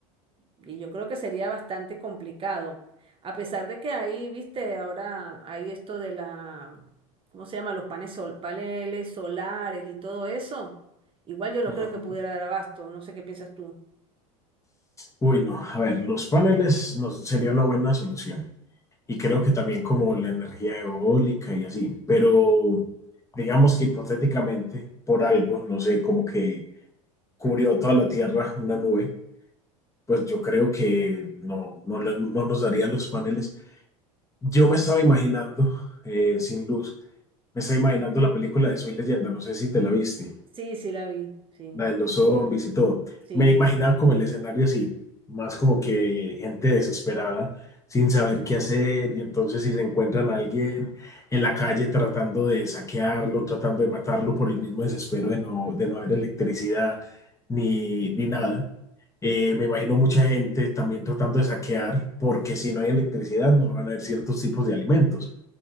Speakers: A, on the right; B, on the left.
A: y yo creo que sería bastante complicado. A pesar de que ahí, viste, ahora hay esto de la, ¿cómo se llama? Los panes sol, paneles solares y todo eso. Igual yo no
B: Ujú.
A: creo que pudiera dar abasto, no sé qué piensas tú.
B: Uy, no, a ver, los paneles nos, sería una buena solución. Y creo que también como la energía eólica y así. Pero digamos que hipotéticamente, por algo, no sé, como que cubrió toda la Tierra una nube, pues yo creo que no, no, le- no nos darían los paneles. Yo me estaba imaginando, eh, sin luz, me estaba imaginando la película de Soy Leyenda, no sé si te la viste,
A: Sí, sí la vi, sí,
B: la de los zombies y todo.
A: sí.
B: Me imaginaba como el escenario así, más como que gente desesperada, sin saber qué hacer, y entonces si se encuentran a alguien en la calle tratando de saquearlo, tratando de matarlo por el mismo desespero de no, de no haber electricidad ni, ni nada. Eh, me imagino mucha gente también tratando de saquear, porque si no hay electricidad no van a haber ciertos tipos de alimentos,